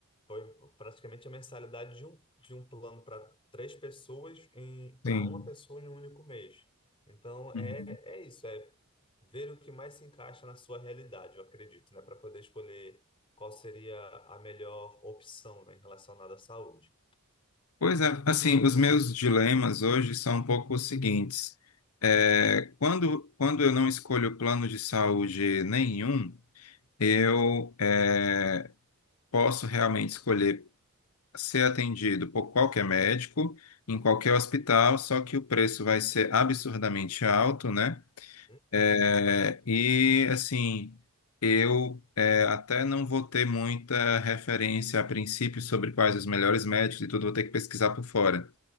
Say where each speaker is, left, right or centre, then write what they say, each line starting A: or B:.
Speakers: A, on the left; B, on the left.
A: foi praticamente a mensalidade de um, de um plano para três pessoas, para
B: Sim.
A: uma pessoa em um único mês. Então é,
B: Uhum.
A: é isso, é ver o que mais se encaixa na sua realidade, eu acredito, né? Para poder escolher qual seria a melhor opção, né, relacionada à saúde.
B: Pois é, assim, os meus dilemas hoje são um pouco os seguintes. É, quando, quando eu não escolho plano de saúde nenhum, eu é, posso realmente escolher ser atendido por qualquer médico, em qualquer hospital, só que o preço vai ser absurdamente alto, né?
A: Hum,
B: É,
A: Uhum.
B: e assim, eu é, até não vou ter muita referência a princípio sobre quais os melhores médicos e tudo, vou ter que pesquisar por fora.